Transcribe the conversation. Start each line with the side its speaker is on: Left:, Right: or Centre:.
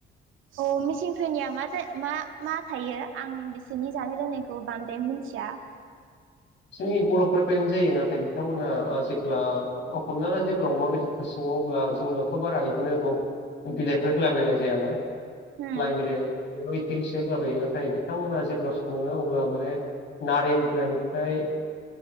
Right: अ मिचिंफोरनिया मा जा मा थायो आं बिसोरनि जानाय लोंनायखौ बांद्राय मिथिया।
Left: जोंनि बर'फोरनिफ्रायनो जायो नाथाय बिथांमोना ओ जेब्ला अ हमना ला जेब्ला अमा बेदरखौ सोङो अब्ला जोंनियावथ' बारा बिदिनो दं बिलाइफोर होलाबायनाय जायाना
Right: होम
Left: लाइ बिलाइ <unintelligible> होलाबायो नाथाय बिथांमोना जेब्ला सङोना अब्ला माने नारें बिलायनिफ्राय